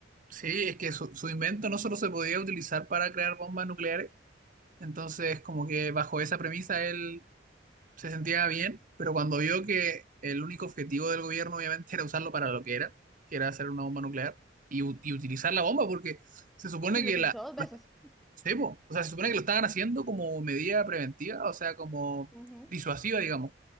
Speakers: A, on the right; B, in the centre.
A: Sí, es que su, su invento no solo se podía utilizar para crear bombas nucleares, entonces como que bajo esa premisa él se sentía bien, pero cuando vio que el único objetivo del gobierno obviamente era usarlo para lo que era, que era hacer una bomba nuclear y, u- y utilizar la bomba, porque se supone
B: Sí, lo
A: que
B: utilizó
A: la,
B: dos veces.
A: lo- sí, po, o sea, se supone que lo estaban haciendo como medida preventiva, o sea, como
B: Ujú,
A: disuasiva, digamos,